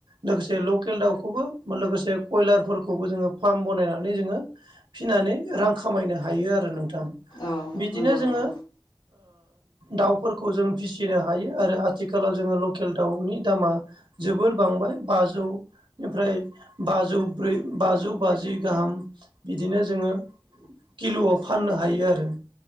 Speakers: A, on the right (about 70°); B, on the left (about 75°).
A: लोगोसे लकेल दाउखौबो लोगोसे कयलारफोरखौबो जोङो फार्म बानायनानै जोङो फिसिनानै रां खामायनो हायो आरो नों थां
B: औ
A: बिदिनो
B: नंगौ
A: जोङो
B: नंगौ
A: दाउफोरखौ जों फिसिनो हायो आरो आथिखालाव जोङो लकेल दाउनि दामा जोबोर बांबाय बाजौनिफ्राय बाजौ ब्रै बाजौ बाजि गाहाम बिदिनो जोङो किल'आव फाननो हायो आरो।